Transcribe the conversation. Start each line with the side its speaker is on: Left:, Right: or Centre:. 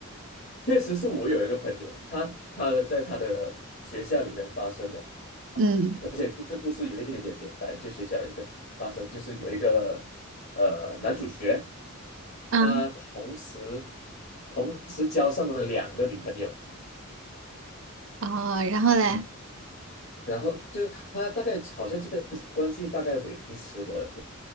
Left: 确实是我有一个朋友，他他的在他的学校里面发生的。
Right: 嗯
Left: 而且这故事有一点点点，带，就学校有一个发生，就是有一个呃男主角，
Right: 嗯，
Left: 他同时同时交上了两个女朋友，
Right: 啊，然后嘞，
Left: 嗯，然后就他大概好像这个关系大概维持了